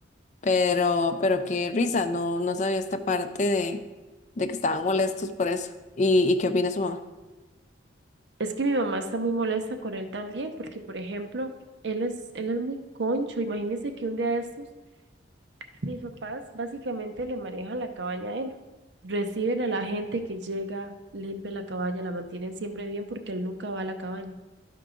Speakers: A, on the left; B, on the right.
A: Pero, pero qué risa, no, no sabía esta parte de, de que estaban molestos por eso. ¿Y, y qué opina su mamá?
B: Es que mi mamá está muy molesta con él también porque, por ejemplo, él es, él es muy concho, imagínense que un día de estos... Mis papás básicamente le manejan la cabaña a él. Reciben a la gente que llega, limpian la cabaña, la mantienen siempre bien porque él nunca va a la cabaña.